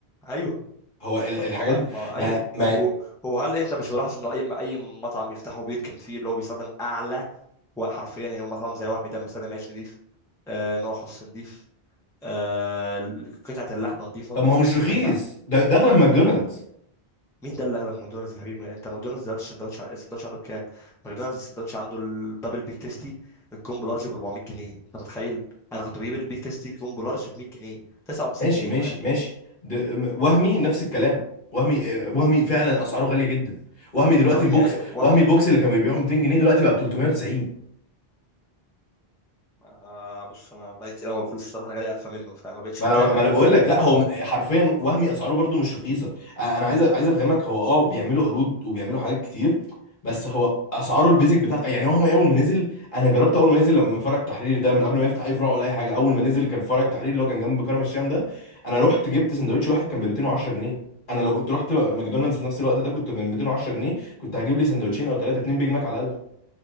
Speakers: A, in the centre; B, on the left (about 50°).
A: ايوه
B: هو ال...
A: طب
B: الحاجات
A: ما
B: دي
A: ما
B: ما...
A: ايوه و-
B: ما
A: وهل انت مش ملاحظ انه اي اي مطعم بيفتحه بيتكن فيه اللي هو بيستخدم اعلى و- حرفيا يعني مطعم زي وهمي ده بيستخدم عيش نضيف آه نوع خس نضيف آه قطعه اللحمه نضيفه
B: طب ما هو مش رخيص
A: اي نعم
B: ده ده اغلى من ماكدونالدز
A: مين ده اللي اغلى من ماكدونالدز يا حبيبي ما انت ماكدونالدز دلوقتي السندوتش السندوتش عنده بكام ماكدونالدز السندوتش عنده الدبل بيك تيستي الكومبو لارج ب 400 جنيه انت متخيل انا كنت بجيب البيك تيستي كومبو لارج ب 100 جنيه 99
B: ماشي
A: جنيه
B: ماشي
A: كمان
B: ماشي ده... م- وهمي نفس الكلام وهمي آه، وهمي فعلا اسعاره غالية جدا وهمي دلوقتي
A: وهمي
B: البوكس
A: ايوه وهمي
B: وهمي البوكس اللي كان بيبيعه 200 جنيه دلوقتي بقى ب 390
A: آه بص انا بقالي كتير أوي ما باكلش الصراحه انا جالي قرفه منه فما بقتش
B: ما
A: متابع
B: انا ما انا بقول لك لا هو حرفيا وهمي اسعاره برضو مش رخيصه انا عايز عايز افهمك هو اه بيعملوا عروض وبيعملوا حاجات كتير بس هو اسعاره البيزك بتاع يعني هو اول ما نزل انا جربت اول ما نزل لما فرع التحرير ده من قبل ما يفتح اي فروع ولا اي حاجه اول ما نزل كان فرع التحرير اللي هو كان جنب كرم الشام ده انا رحت جبت سندوتش واحد كان ب 210 جنيه انا لو كنت رحت ماكدونالدز في نفس الوقت ده كنت ب 210 جنيه كنت هجيب لي سندوتشين او ثلاثه اتنين بيج ماك على الاقل